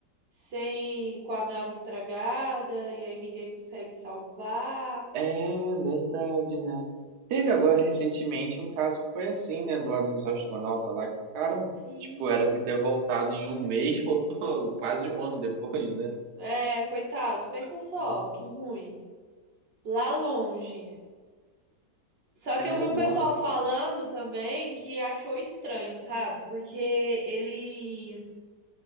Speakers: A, on the right; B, on the right.
A: sem com a nave estragada e aí ninguém consegue salvar.
B: É verdade, né? Teve agora, recentemente, um caso que foi assim, né, do lado dos astronautas lá, que ficaram,
A: Sim.
B: tipo, era pra ter voltado em um mês, <laughs> voltou quase um ano depois, né?
A: É, coitados,
B: Coisa
A: pensa
B: assim,
A: só,
B: né?
A: que ruim. Lá longe. Só
B: É,
A: que eu vi
B: nossa.
A: um pessoal falando também que achou estranho, sabe? Porque eles